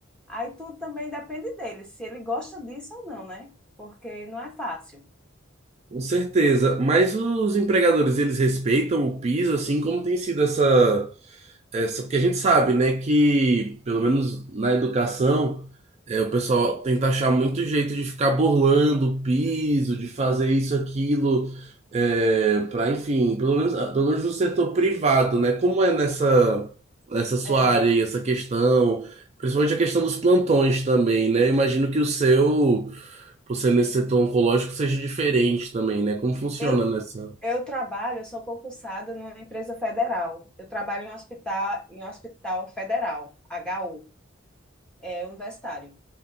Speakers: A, in the centre; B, on the right.
A: Aí tudo também depende dele, se ele gosta disso ou não, né? Porque não é fácil.
B: Com certeza, mas os empregadores eles respeitam o piso assim como tem sido essa É, só porque a gente sabe, né, que pelo menos na educação, é, o pessoal tenta achar muito jeito de ficar burlando o piso, de fazer isso, aquilo, é, para, enfim, pelo menos, ah, pelo menos no setor privado, né? Como é nessa, nessa sua
A: É,
B: área e essa questão, principalmente a questão
A: sim,
B: dos plantões também, né? Imagino que o seu, por ser nesse setor oncológico, seja diferente também, né? Como funciona
A: Eu
B: nessa.
A: Eu trabalho, eu sou concursada numa empresa federal. Eu trabalho em hospital, em hospital federal, HU, é, universitário.